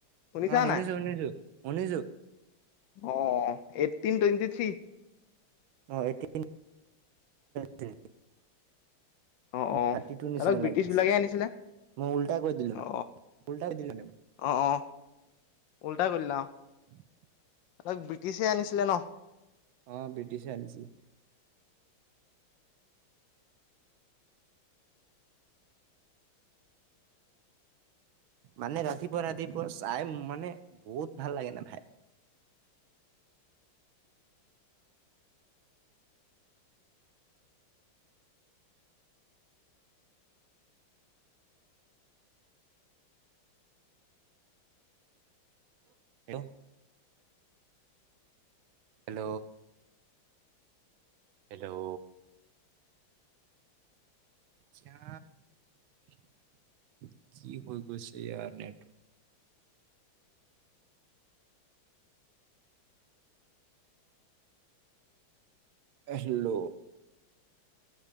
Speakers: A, on the left; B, on the right.
A: শুনিছা
B: অ', শুনিছো
A: নাই
B: শুনিছো শুনিছো
A: অ ', এইট টুৱেণ্টি থ্ৰী
B: অ', এইটিন থি
A: অ
B: মোক
A: অ
B: থাৰ্তিটু নিচিনা
A: অলপ ব্ৰিটিছ
B: লাগি
A: বিলাকে
B: আছে
A: আনিছিলে
B: মই উল্তা কৰি দিলো ন
A: অ
B: উল্টাই কৰি দিলো নে
A: অ অ অ উল্টা কৰিলা
B: <inaudible>
A: তাক ব্ৰিটিছে আনিছিলে ন?
B: অ', ব্ৰিটিছে আনিছিলে। মানে ৰাতিপুৱা ৰাতিপুৱা চাই মানে বহুত ভাল লাগে ন ভাই। <inaudible> হেল্ল'। হেল্ল'? যা কি হৈ গৈছে ইয়াৰ নেট এ হেল্ল'।